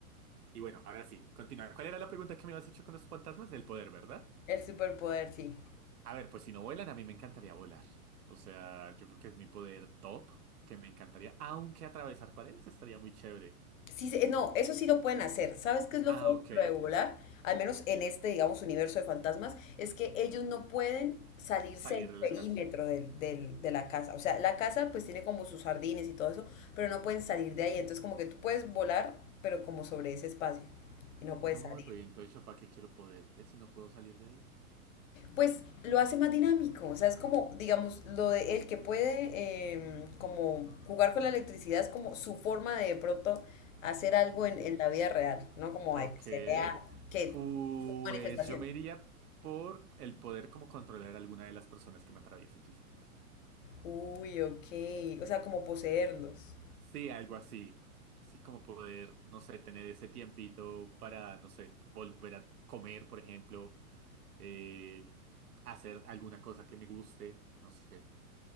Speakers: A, on the right; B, on the left.
A: Y bueno, ahora sí, continúa. ¿Cuál era la pregunta que me habías hecho con los fantasmas del poder, verdad?
B: El superpoder, sí.
A: A ver, pues si no vuelan, a mí me encantaría volar. O sea, yo creo que es mi poder top, que me encantaría, aunque atravesar paredes estaría muy chévere.
B: Sí, se- no, eso sí lo pueden hacer. ¿Sabes qué es lo
A: Ah,
B: feo
A: ok,
B: de lo de volar? Al menos en este, digamos, universo de fantasmas, es que ellos no pueden salirse
A: salir
B: del
A: de la
B: perímetro
A: casa.
B: del- del- de la casa. O sea, la casa pues tiene como sus jardines y todo eso, pero no pueden salir de ahí. Entonces como que tú puedes volar, pero como sobre ese espacio. Y no
A: No,
B: puedes salir.
A: pero ¿y entonces yo para qué quiero poderes si no puedo salir de ahí?
B: pues lo hace más dinámico. O sea, es como, digamos, lo de él que puede eh, como jugar con la electricidad es como su forma de de pronto hacer algo en,
A: Cierto.
B: en la vida real, ¿no? Como
A: Ok,
B: de que se vea que
A: pues
B: manifestación.
A: yo me iría por el poder como controlar a alguna de las personas que me atraviese, quizás.
B: Uy, ok. O sea, como poseerlos.
A: Sí, algo así. Sí, como poder, no sé, tener ese tiempito para, no sé, volver a comer, por ejemplo, eh, hacer alguna cosa que me guste, no sé.